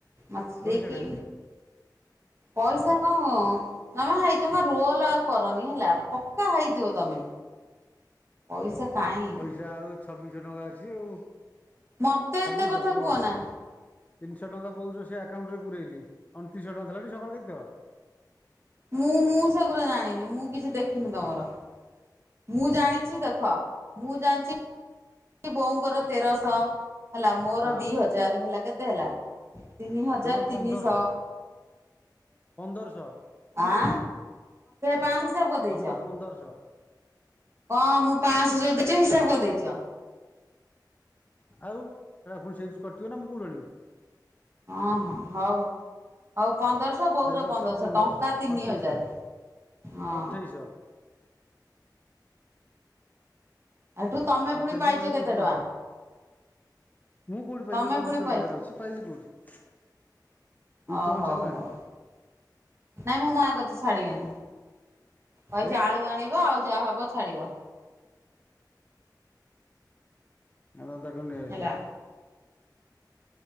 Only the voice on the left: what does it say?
ପଇସା
କାଇଁ
ପଇସା ଆଉ ଛବିଶହ ଟଙ୍କା ଅଛି ଆଉ
ଛବିଶହ
ବୋଉ
ତିନିଶହ ଟଙ୍କା ବୋଉର ସେ ଆକାଉଣ୍ଟରେ ପୁରଇଲି ଅଣତିରିଶହ ଟଙ୍କା ଥିଲାଟି ସକାଳେ ଦେଖିଥିଲ।
ହଁ
ତମର
ପନ୍ଦରଶହ ପନ୍ଦରଶହ
ତମର ପନ୍ଦରଶଅ
ଆଉ <unintelligible> ମୁଁ କୋଉଠୁ ଆଣିବି।
ତେରଶହ
ଅଠେଇଶହ
ଅଠେଇଶହ
ଅଠେଇଶି
ତାପରେ
ଟୁକୁର
ମୁଁ କଉଠୁ ପାଇଲିି
ମୁଁ ଲିଟୁଆ
ପାଖରେ ଅଛି। ପାଇଲି କୋଉଠି। ଲିଟୁଆ
କଣ
ଛାଡ଼ିଲାଣି
କାଇଁ
ହୁଁ <unintelligible> ନେଇଆସିବ।